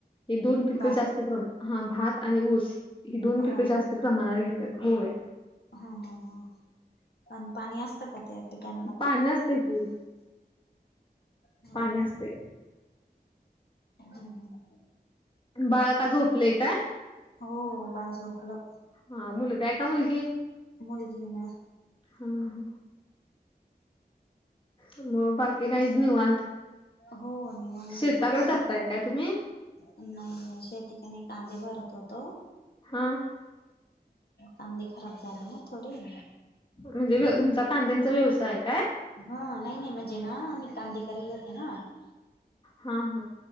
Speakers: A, on the left; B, on the left.
A: हे दोन पिक
B: भात
A: जास्त प्रमाण हा भात आणि ऊस ही दोन पिकं
B: हो ना
A: जास्त प्रमाणात घेतात होय.
B: हा ह ह आणि पाणी असत का त्यात. क ह
A: पाणी असतंय की
B: ना.
A: पाणी असतंय
B: हम हम.
A: बाळ का झोपलंय काय?
B: हो बाहे झोपलं.
A: हा मुलगा आहे का मुलगी?
B: मुलगी ना.
A: हा हा. मग बाकी काहीच निवांत
B: हो.
A: शेताकडे
B: कामच
A: जाताय काय तुम्ही?
B: नाही नाही शेतीकणी कांदे भरत होतो.
A: हा.
B: कांदी खराब झाली ना थोडी.
A: म्हणजे तुमचा कांद्यांचा व्यवसाय काय?
B: हा नाही नाही म्हणजे ना आम्ही कांदे कयले होते ना.
A: हा हा.